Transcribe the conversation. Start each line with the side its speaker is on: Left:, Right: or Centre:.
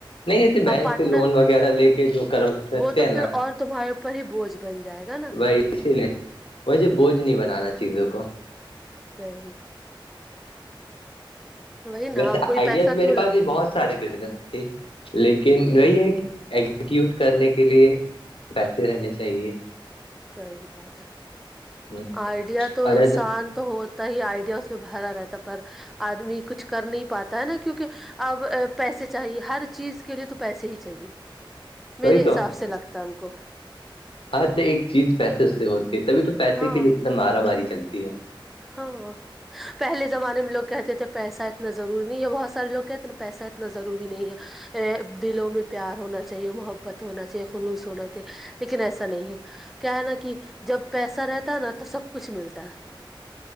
Left: نہیں جیسے بینک
Centre: اب پارٹنر
Left: سے لون وغیرہ لے کے جو کرتے
Centre: وہ تو
Left: ہیں
Centre: پھر
Left: نا
Centre: اور تمہارے اوپر ہی بوجھ بن جائے گا نا
Left: بائی اسی لیے مجھے بوجھ نہیں بنانا چیزوں کو
Centre: صحی وہی نا
Left: ویسے
Centre: اور کوئی
Left: آئیڈیاز
Centre: پیسہ
Left: میرے
Centre: کیوں لگتا
Left: پاس بھی بہت سارے بزنس کے لیکن وہی ہے کہ ایگزیکیوٹ کرنے کے لیے ویسے رہنے چاہیے
Centre: صی بات ہے
Left: ہ
Centre: آئیڈیا تو
Left: ارے
Centre: انسان تو ہو ہی آئیڈیا اس میں بھرا رہتا پر آدمی کچھ کر نہیں پاتا ہے نا کیونکہ اب پیسے چاہیے ہر چیز کے لیے تو پیسے ہی چاہیے
Left: وہی
Centre: میرے
Left: تو
Centre: حساب سے لگتا ہے ہم کو
Left: ہر ایک چیز پیسے سے ہوتی ہے تبھی تو پیسے
Centre: ہاں
Left: کے لیے اتنا مارا ماری چلتی ہے
Centre: ہاں پہلے زمانے میں لوگ کہتے تھے پیسہ اتنا ضرور نہیں ہے بہت سارے لوگ کہتے ہیں نا پیسہ اتنا ضروری نہیں ہے ا دلوں میں پیار ہونا چاہیے محبت ہونا چاہیے خلوص ہونا چاہیے لیکن ایسا نہیں ہے کیا ہے نا کہ جب پیسہ رہتا ہے نا تو سب کچھ ملتا ہے